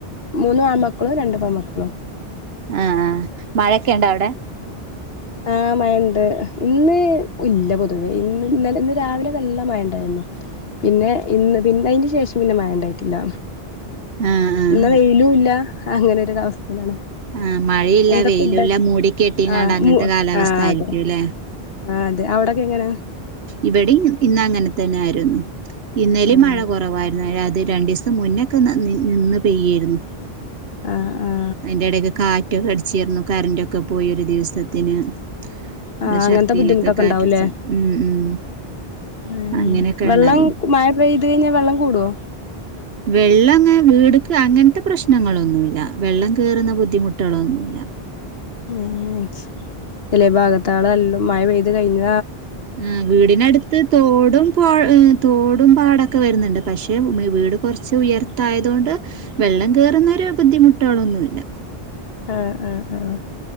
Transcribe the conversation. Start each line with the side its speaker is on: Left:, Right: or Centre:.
Left: മൂന്ന് ആമക്കളും രണ്ടു പെമക്കളും
Right: ആഹ് ആഹ് മഴെക്കെ ണ്ട വടെ?
Left: ആഹ് മയണ്ട് ഇന്ന് ഇല്ല പൊതുവേ ഇന്ന് ഇന്നലെ ഇന്ന് രാവിലെ നല്ല മയണ്ടായിര്ന്നു. പിന്നെ ഇന്ന് പിന്നെ അയ്ൻ്റെ ശേഷം പിന്നെ മഴണ്ടായിട്ടില്ല.
Right: ആഹ് ആഹ്
Left: എന്ന വെയിലുല്ല അങ്ങനൊരു അവസ്ഥയിലാണ്.
Right: ആഹ് മഴയില്ല
Left: എന്താ
Right: വെയിലൂല്ല
Left: ഫുഡൊക്കെ
Right: മൂടി കെട്ടീങ്ങാണ്ട്
Left: ആഹ്
Right: അങ്ങൻത്തെ
Left: മു
Right: കാലാവസ്ഥായിരിക്കുല്ലേ
Left: ആഹ് അതെ ആഹ് തെ അവടൊക്കെങ്ങനെ?
Right: ഇവടിം ഇന്ന ങ്ങൻ തെന്നായിരുന്നു. ഇന്നലിം
Left: ആഹ്
Right: മഴ കൊറവായിരുന്നു അത് അത് രണ്ടിസം മുന്നെക്കെ ന്ന നി നിന്ന് പെയ്യേര്ന്നു
Left: ആഹ് ആഹ്
Right: അയ്ന്റെ ടെക്ക് കാറ്റൊക്കടിച്ചീർന്നു കര്ന്റൊക്കെ പോയി ഒരു ദിവസത്തിന് നല്ല
Left: ആഹ് അങ്ങനത്തെ
Right: ശക്തിയിലൊക്കെ
Left: ബുദ്ധിമുട്ടൊക്കെ
Right: കാറ്റിട്ച്ചെ
Left: ഉണ്ടാവൂല്ലേ
Right: ഉം ഉം
Left: ഏഹ്
Right: അങ്ങനെക്കെ
Left: വെള്ളം
Right: ണ്ടായി.
Left: മഴ പെയ്ത് കഴ്ഞ്ഞാ വെള്ളം കൂടോ?
Right: വെള്ളന്ന് വീട്ക്ക് അങ്ങൻത്തെ പ്രശ്നങ്ങളൊന്നുല്ല വെള്ളം കേറ്ന്ന ബുദ്ധിമുട്ടുകളൊന്നുല്ല.
Left: ഉം ഉം ചെലെ ഭാഗത്താളല്ലോം മഴ പെയ്ത് കഴിഞ്ഞ
Right: ഉം വീടിനട്ത്ത് തോടും പോ <unintelligible> തോടും പാടൊക്കെ വെര്ന്ന്ണ്ട് പക്ഷേ മ് വീട് കൊർച്ച് ഉയരത്തായതോണ്ട് വെള്ളം കേറുന്നൊരു ബുദ്ധിമുട്ടുകളൊന്നുല്ല.
Left: ആഹ് ആഹ് ആഹ്